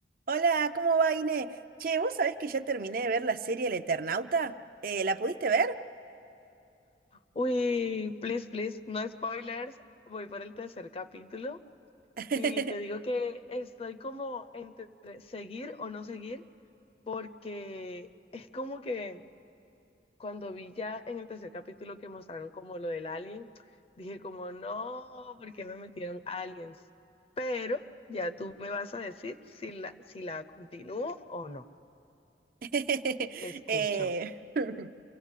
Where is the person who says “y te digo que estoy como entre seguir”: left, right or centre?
Left